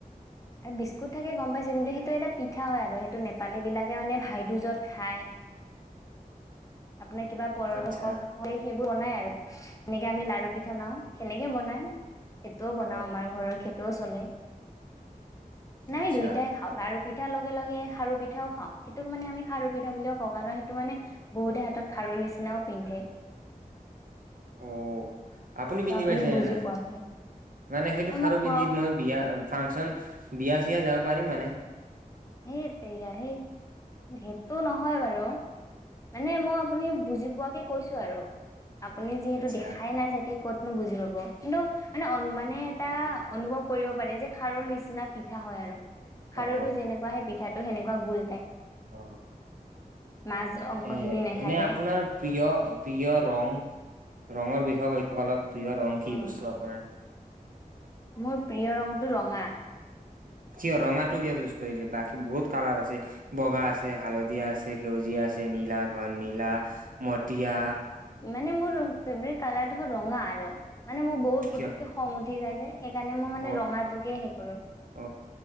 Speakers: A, on the left; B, on the right.
A: বিস্কুট থাকে গম পাইছো কিন্তু সেইটো এটা পিঠা হয় আৰু সেইটো নেপালী বিলাকে মানে ভাইদ য'ত খায় আপোনাৰ কিবা পশৱ
B: আচ্ছা
A: হয় বনাই আৰু এনেকে আমি লাৰু পিঠা বনাও সেনেকে বনাই সেইটোও বনাও
B: অ
A: আমাৰ ঘৰৰ খে তো ও চলে না
B: আচ্ছা
A: আমি দুইটাই খাওঁ লাৰু পি ঠা লগে লগে খাৰু পিঠাও খাওঁ সেইটোক মানে আমি খাৰু পিঠা বুলিয়ে কওঁ আৰু সেইটো মানে বহুতে হাতত খাৰুৰ নিচিনাও পিন্ধে
B: অ' আপুনি
A: ত
B: পিন্ধি পাইছেনে
A: বুজি
B: নাই
A: পোৱাকে
B: মানে সেইটো সাৰো
A: মই খুৱাও
B: পিন্ধি মই বিয়া ফাংচন বিয়া চিয়া যাব পাৰিম মানে
A: সেইটেইকা সেই সেইটো নহয় বাৰু মানে মই আপুনি বুজি পোৱাকে কৈছো আৰু আপুনি যিহেতু
B: আচ্ছা
A: দেখাই নাই চাগে ক'ত বুজি পাব কিন্তু মানে মানে এটা অনুভৱ কৰিব পাৰে যে খাৰুৰ নিচিনা পিঠা হয় আৰু খাৰুটো
B: অ
A: যেনেকুৱা পিঠাটো সেনেকোৱা গুল
B: অ
A: মাজ অংশ
B: এ
A: খিনি নাথাকে
B: এনে আপোনাৰ প্ৰিয় প্ৰিয় ৰং ৰঙৰ বিষয়ে কৈছো কলত প্ৰীয় ৰং কি
A: অ
B: বস্তু আপোনাৰ
A: মোৰ প্ৰিয় ৰংটো ৰঙা
B: কিয় ৰঙাটো কিয় বাকী বহুত কালাৰ আছে বগা আছে হালধীয়া আছে সেউজীয়া আছে নীলা ঘন নীলা ম তিয়া
A: মানে মোৰ ফেভৰেট কালাৰটো হল ৰঙা আৰু মানে মোক বহুত
B: কিয়
A: পুটোকে খং উঠি যাই যে সেইকাৰণে মই
B: অ
A: মানে ৰঙাটোকে হে কৰো
B: অ